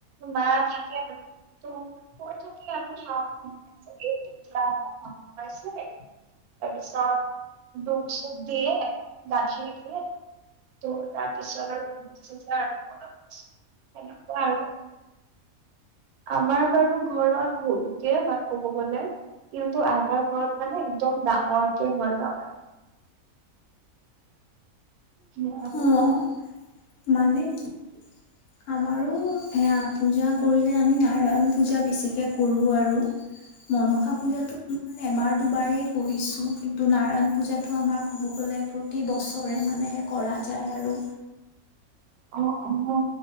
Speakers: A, on the right (about 85°); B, on the left (about 85°).
A: মা থাকে <unintelligible> আৰু <unintelligible> তাৰ পিছত দুধ-চুধ দিয়ে গাখীৰ দিয়ে। ত' তাৰ পিছত আৰু <unintelligible> অলপ পছ সেনেকুৱা আৰু আমাৰ বাৰু ঘৰত সৰুকে হয় ক'ব গলে। কিন্তু আইতা ঘৰত মানে একদম ডাঙৰকে হয় তাৰমানে। সেয়া আৰু
B: অ' মানে কি আমাৰো সেয়া পূজা কৰিলে আমি নাৰায়ণ পূজা বেছিকে কৰোঁ আৰু মনসা পূজাতো এবাৰ দুবাৰেই কৰিছোঁ কিন্তু নাৰায়ণ পূজাতটো আমাৰ ক'ব গ'লে প্ৰতি বছৰে মানে এই কৰা যায় আৰু
A: অ' অ'হ